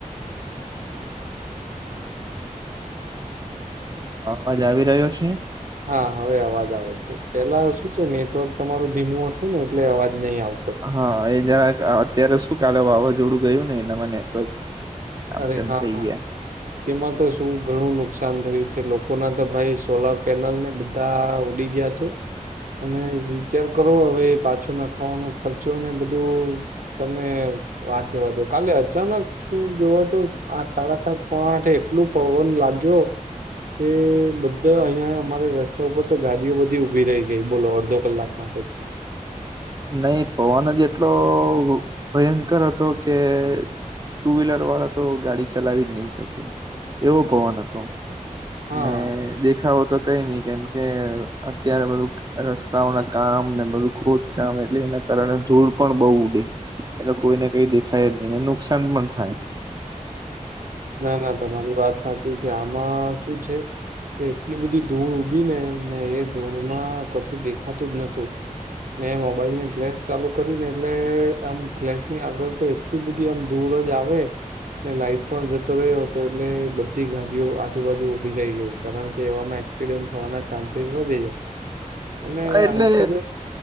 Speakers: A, on the right (about 30°); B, on the right (about 85°).
A: અવાજ આવી રહ્યો છે.
B: હા હવે અવાજ આવે છે. પેલા શું છે નેટવર્ક તમારું ધીમું હશે ને એટલે અવાજ નહીં આવે.
A: હા એ જરાક અત્યારે શું? કાલે વાવાઝોડું ગયું ને એનામાં નેટવર્ક આમ
B: અરે
A: તેમ
B: હા
A: થઈ
B: હા
A: ગયા
B: તેમાં તો શું શું ઘણું નુકસાન થયું છે? લોકો ના તો ભાઈ સોલાર પેનલ ને બધા ઉડી ગયા છે. અને વિચાર કરો હવે પાછો નખાવાનો ખર્ચો ને બધું, તમે વાત જવા દો, કાલે અચાનક તું જોવા તો આ સાડા સાત પોણા આઠે એટલું પવન લાગ્યો કે, બધા અહીં અમારે રસ્તા ઉપર તો ગાડીઓ બધી ઊભી રહી ગઈ બોલો, અડધો કલાક માટે,
A: નહી પવન જ એટલો એટલો ભયંકર હતો કે ટુ વ્હીલર વાળા તો, ગાડી ચલાવી જ નહી શકે. એવો પવન હતો.
B: હા,
A: અને દેખાવ તો કઈ નહી. કેમ કે અત્યારે બધું રસ્તાઓના કામ ને, બધું ખોદ કામ એટલે એના કારણે ધૂળ પણ બહુ ઉડે, એટલે કોઈને કઈ દેખાય જ નહી. એને નુકસાન પણ થાય.
B: ના ના તમારી વાત સાચી છે. આમાં શું છે કે? એટલી બધી ધૂળ ઉડી ને ને એ ધૂળમાં કશું દેખાતું જ નતું, મેં મોબાઈલ ની ફ્લેશ ચાલુ કરી ને, એટલે આમ ફ્લેશ ની આગળ તો એટલી બધી આમ ધૂળ જ આવે, લાઈટ પણ જતો રહ્યો હતો. એટલે બધી ગાડીઓ આજુબાજુ ઊભી રઈ ગઈ. કારણ કે, એવામાં એક્સિડન્ટ થવાના ચાન્સીસ વધી જાય. અને
A: હા! એટલે
B: આ વખતે